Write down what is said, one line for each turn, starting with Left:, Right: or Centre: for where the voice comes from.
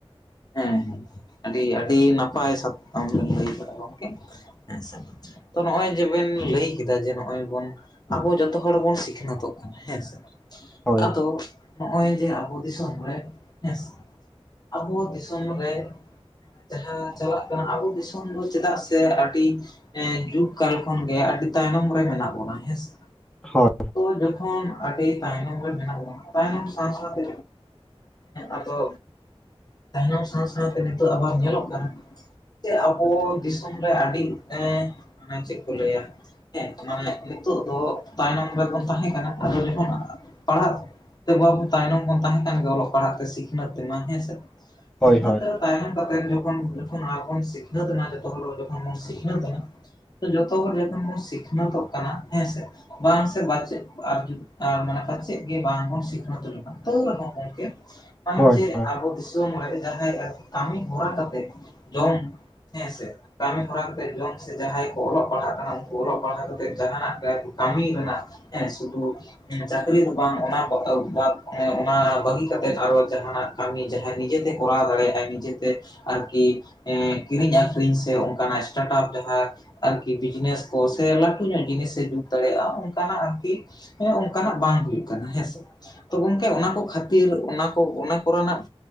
Left: ᱦᱮᱸ ᱦᱮᱸ ᱟᱹᱰᱤ ᱟᱹᱰᱤ ᱱᱟᱯᱟᱭ ᱥᱟᱛ ᱟᱢ ᱵᱮᱢ ᱞᱟᱹᱭ ᱵᱮᱱ ᱜᱚᱢᱠᱮ ᱦᱮᱸᱥᱮ᱾ ᱛᱚ ᱱᱚᱜᱼᱚᱭ ᱡᱮᱵᱮᱱ ᱞᱟᱹᱭ ᱠᱮᱫᱟ ᱡᱮ ᱱᱚᱜᱼᱚᱭ ᱵᱚᱱ ᱟᱵᱚ ᱡᱷᱚᱛᱚ ᱦᱚᱲ ᱵᱚᱱ ᱥᱤᱠᱷᱱᱟᱹᱛᱚᱜ ᱠᱟᱱᱟ ᱦᱮᱸᱥᱮ,
Centre: ᱦᱳᱭ
Left: ᱟᱫᱚ ᱱᱚᱜᱼᱚᱭ ᱡᱮ ᱟᱵᱚ ᱫᱤᱥᱚᱢ ᱨᱮ ᱦᱮᱸ ᱟᱵᱚ ᱫᱤᱥᱚᱢ ᱫᱤᱥᱚᱢ ᱨᱮ ᱡᱟᱦᱟᱸ ᱪᱟᱞᱟᱜ ᱠᱟᱱᱟ, ᱟᱵᱚ ᱫᱤᱥᱚᱢ ᱫᱚ ᱪᱮᱫᱟᱜ ᱥᱮ ᱟᱹᱰᱤ ᱡᱩᱜᱽ ᱠᱟᱞ ᱠᱷᱚᱱᱜᱮ ᱟᱹᱰᱤ ᱛᱟᱭᱱᱚᱢ ᱨᱮ ᱢᱮᱱᱟᱜ ᱵᱚᱱᱟ, ᱦᱮᱸᱥᱮ?
Centre: ᱦᱳᱭ
Left: ᱛᱚ ᱡᱚᱠᱷᱚᱱ ᱟᱹᱰᱤ ᱛᱟᱭᱱᱚᱢ ᱨᱮ ᱢᱮᱱᱟᱜ ᱵᱚᱱᱟ,, ᱛᱟᱭᱱᱚᱢ ᱥᱟᱶ ᱥᱟᱶᱛᱮ ᱟᱫᱚ ᱛᱟᱭᱱᱚᱢ ᱥᱟᱶ ᱥᱟᱶᱛᱮ ᱱᱤᱛᱚᱜ ᱟᱵᱟᱨ ᱧᱮᱞᱚᱜ ᱠᱟᱱᱟ ᱚ ᱟᱵᱚ ᱫᱤᱥᱚᱢ ᱨᱮ ᱟᱹᱰᱤ ᱢᱟᱱᱮ ᱪᱮᱫ ᱠᱚ ᱞᱟᱹᱭᱟ, ᱦᱮᱸ ᱢᱟᱱᱮ ᱱᱤᱛᱚᱜ ᱫᱚ ᱛᱟᱭᱱᱚᱢ ᱨᱮᱵᱚᱱ ᱛᱟᱦᱮᱸ ᱠᱟᱱᱟ, ᱡᱮᱢᱚᱱ ᱯᱟᱲᱦᱟᱜ ᱵᱟᱵ <inaudible> ᱦᱚᱸ ᱛᱟᱭᱱᱚᱢ ᱵᱚᱱ ᱛᱟᱦᱮᱸ ᱠᱟᱱ ᱜᱮᱭᱟ ᱚᱞᱚᱜ ᱯᱟᱲᱦᱟᱜ ᱛᱮ ᱥᱤᱠᱷᱱᱟᱹᱛ ᱛᱮᱢᱟ, ᱦᱮᱸ ᱥᱮ ᱾
Centre: ᱦᱳᱭ
Left: ᱥᱤᱠᱷᱱᱟᱹᱛ
Centre: ᱦᱳᱭ
Left: ᱛᱟᱭᱚᱢ ᱠᱟᱛᱮ ᱡᱚᱠᱷᱚᱱ ᱡᱚᱠᱷᱚᱱ ᱟᱚᱱ ᱥᱤᱠᱷᱱᱟᱹᱛ ᱡᱚᱛᱚ ᱦᱚᱲ ᱡᱚᱠᱷᱚᱱ ᱵᱚᱱ ᱥᱤᱠᱷᱱᱟᱹᱛ ᱮᱱᱟ ᱡᱚᱛᱚ ᱦᱚᱲ ᱡᱚᱠᱷᱚᱱ ᱵᱚᱱ ᱥᱤᱠᱷᱱᱟᱹᱛᱚᱜ ᱠᱟᱱᱟ ᱦᱮᱸᱥᱮ ᱾ ᱵᱟᱝ ᱥᱮ ᱵᱟᱪᱮᱫ ᱯᱟᱪᱮᱫ ᱟᱨ ᱢᱟᱱᱮ ᱯᱟᱪᱮᱫ ᱜᱮ ᱵᱟᱝᱵᱚᱱ ᱥᱤᱠᱷᱱᱟᱹᱛ ᱞᱮᱠᱟ ᱛᱚ ᱨᱮᱦᱚᱸ ᱜᱚᱡᱠᱮ
Centre: <inaudible>
Left: ᱡᱮ
Centre: ᱦᱳᱭ
Left: ᱟᱵᱚ ᱫᱤᱥᱚᱢ ᱨᱮ ᱡᱟᱦᱟᱸᱭ ᱠᱟᱹᱢᱤ ᱦᱚᱨᱟ ᱠᱟᱛᱮ ᱡᱚᱢ- ᱦᱮᱸ ᱥᱮ, ᱠᱟᱹᱢᱤ ᱦᱚᱨᱟ ᱠᱟᱛᱮᱜ ᱡᱚᱢ ᱥᱮ ᱡᱟᱦᱟᱸᱭ ᱠᱚ ᱚᱞᱚᱜ ᱯᱟᱲᱦᱟᱜ ᱠᱟᱱᱟ ᱩᱱᱠᱩ ᱚᱞᱚᱜ ᱯᱟᱲᱦᱟᱣ ᱠᱟᱛᱮᱫ ᱡᱟᱦᱟᱱᱟᱜ ᱜᱮ ᱠᱟᱹᱢᱤ ᱨᱮᱱᱟᱜ ᱦᱮᱸ ᱥᱩᱫᱩ ᱪᱟᱹᱠᱨᱤ ᱫᱚ ᱵᱟᱝ ᱚᱱᱟ ᱵᱟ ᱚᱱᱟ ᱵᱟᱹᱜᱤ ᱠᱟᱛᱮ ᱟᱨᱚ ᱡᱟᱦᱟᱱᱟᱜ ᱠᱟᱹᱢᱤ ᱱᱤᱡᱮᱛᱮ ᱠᱚᱨᱟᱣ ᱫᱟᱲᱮᱭᱟᱜ ᱟᱭ ᱱᱤᱡᱮᱛᱮ ᱾ ᱟᱨᱠᱤ ᱠᱤᱨᱤᱧ ᱟᱠᱷᱨᱤᱧ ᱥᱮ ᱚᱱᱠᱟᱱᱟᱜ ᱥᱴᱟᱴᱟᱯ ᱡᱟᱦᱟᱸ ᱟᱨᱠᱤ ᱵᱤᱡᱽᱱᱮᱥ ᱠᱚ, ᱥᱮ ᱞᱟᱹᱴᱩ ᱧᱚᱜ ᱡᱤᱱᱤᱥᱮ ᱡᱩᱛ ᱫᱟᱲᱮᱭᱟᱜᱼᱟ ᱚᱱᱠᱟᱱᱟᱜ ᱟᱨᱠᱤ ᱾ ᱦᱮᱸ ᱚᱱᱠᱟᱱᱟᱜ ᱵᱟᱝ ᱦᱩᱭᱩᱜ ᱠᱟᱱᱟ ᱦᱮᱸᱥᱮ ᱾ ᱛᱚ ᱜᱚᱝᱠᱮ ᱚᱱᱟ ᱠᱚ ᱠᱷᱟᱹᱛᱤᱨ ᱚᱱᱟ ᱠᱚ ᱚᱱᱟ ᱠᱚᱨᱮᱱᱟᱜ